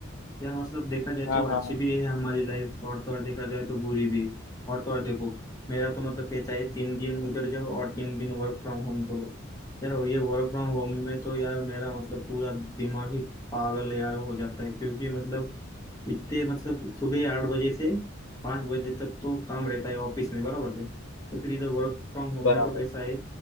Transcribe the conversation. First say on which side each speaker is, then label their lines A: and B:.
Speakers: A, on the left; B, on the left.
A: यार मतलब देखा जाए
B: हाँ
A: तो अच्छी
B: हाँ हाँ
A: भी है हमारी लाइफ और तो और देखा जाए तो बुरी भी और तो और देखो मेरा तो मतलब कहता है तीन दिन उधर जाओ और तीन दिन वर्क फ्रॉम होम करो यार ये वर्क फ्रॉम होम में तो यार मेरा मतलब पूरा दिमाग ही पागल यार हो जाता है क्योंकि मतलब इतने मतलब सुबह आठ बजे से पाँच बजे तक तो काम रहता है ऑफिस में बराबर है तो फिर इधर वर्क फ्रॉम होम
B: बराबर
A: में तो कैसा है